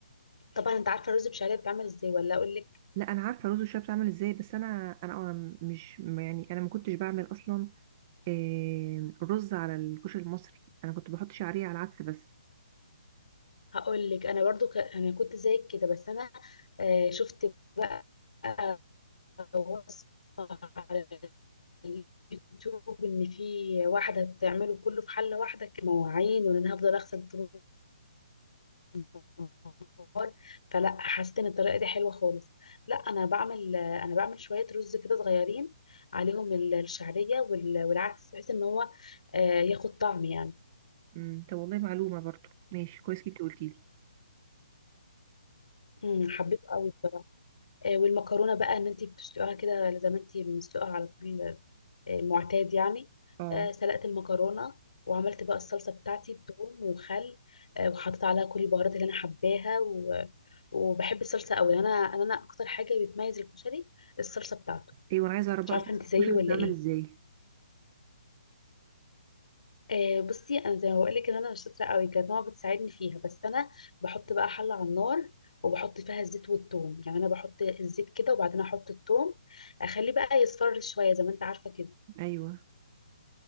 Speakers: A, on the left; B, on the right.
A: طبعا انت عارفه الرز بشعريه بيتعمل ازاي ولا اقول لك
B: لا انا عارفة رز الشعب بتعمل ازاي بس انا انا أنا مش يعني انا ما كنتش بعمل اصلا آه، رز على الكشري المصري انا كنت بحط شعرية على العدس بس
A: هقول لك انا برضو ك... انا كنت زيك كده بس انا آه شفت بقى وصفه على اليوتيوب ان في واحده بتعمله كله في حله واحده كمواعين وان انا هفضل اغسل طول النهار فلا حسيت ان الطريقه دي حلوه خالص لا انا بعمل انا بعمل شويه رز كده صغيرين عليهم ال- الشعريه وال- والعدس بحيث ان هو آه، ياخد طعم يعني
B: امم طب والله معلومة برضو ماشي كويس جدا قلتي لي
A: مم، حبيته قوي بصراحه. آه، والمكرونه بقى ان انت بتسلقيها كده زي ما انت مسلقها على طول آه، المعتاد يعني
B: اه
A: آه، سلقت المكرونه وعملت بقى الصلصه بتاعتي بثوم وخل آه، وحطيت عليها كل البهارات اللي انا حباها و... وبحب الصلصه قوي انا انا اكتر حاجه بتميز الكشري الصلصه بتاعته
B: ايوه انا عايزة اعرف
A: مش
B: بقى
A: عارفه
B: صلصة
A: انت
B: الكشري
A: زيي ولا
B: بتتعمل
A: ايه
B: ازاي
A: آه، بصي انا زي ما بقول لك ان انا مش شاطره قوي كانت ماما بتساعدني فيها بس انا بحط بقى حله على النار وبحط فيها الزيت والثوم يعني انا بحط الزيت كده وبعدين احط الثوم اخليه بقى يصفر شويه زي ما انت عارفه كده
B: ايوه